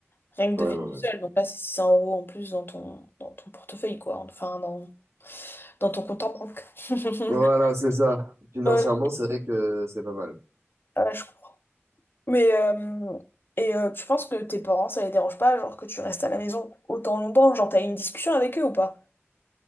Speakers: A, on the left; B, on the right.
A: rien que
B: ouais,
A: de
B: ouais.
A: vivre tout seul. Donc là, c'est 600 euros en plus dans ton, dans ton portefeuille, quoi. Enfin, dans, dans ton compte en banque. <laughs>
B: Voilà, c'est ça. Financièrement,
A: Ouais,
B: c'est vrai que c'est pas mal.
A: ouais, je comprends. Mais euh, et euh, tu penses que tes parents, ça les dérange pas, genre que tu restes à la maison autant longtemps, genre t'as eu une discussion avec eux ou pas?